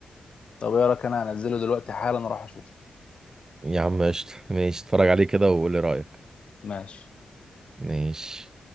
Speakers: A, on the left; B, on the right.
A: طب ايه رايك انا هنزله دلوقتي حالا اروح اشوفه
B: يا عم قشطة ماشي اتفرج عليه كده وقول لي رأيك
A: ماشي
B: ماشي